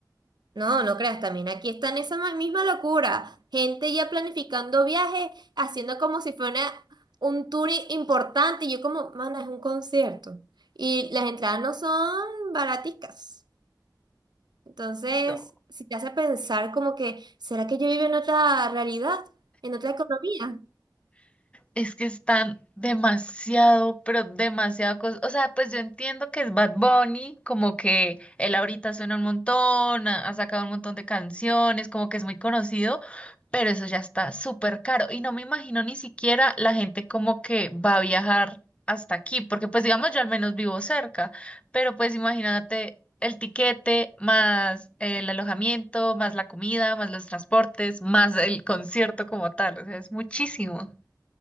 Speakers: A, on the right; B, on the left.
A: No, no creas, también aquí está en esa ma- misma locura. Gente ya planificando viajes, haciendo como si fuera un tour i- importante. Y yo como, mana, es un concierto. Y las entradas no son baraticas. Entonces,
B: no
A: si te hace pensar como que, ¿será que yo vivo en otra realidad? ¿En otra economía?
B: Es que están demasiado, pero demasiado cosas. O sea, pues yo entiendo que es Bad Bunny, como que él ahorita suena un montón, ha ha sacado un montón de canciones, como que es muy conocido, pero eso ya está súper caro. Y no me imagino ni siquiera la gente como que va a viajar hasta aquí, porque pues digamos yo al menos vivo cerca, pero pues imagínate el tiquete, más el alojamiento, más la comida, más los transportes, más el concierto como tal. O sea, es muchísimo.